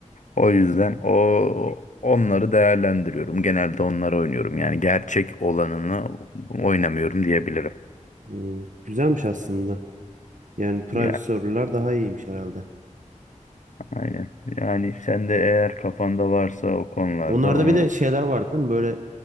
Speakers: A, on the left; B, on the right.
A: O yüzden o onları değerlendiriyorum. Genelde onları oynuyorum. Yani gerçek olanını oynamıyorum diyebilirim.
B: Hmm, güzelmiş aslında. Yani private
A: Ya
B: server'lar daha iyiymiş herhalde.
A: aynen. Yani sen de eğer kafanda varsa o konularda
B: Onlarda
A: o-
B: bir de şeyler vardı değil mi? Böyle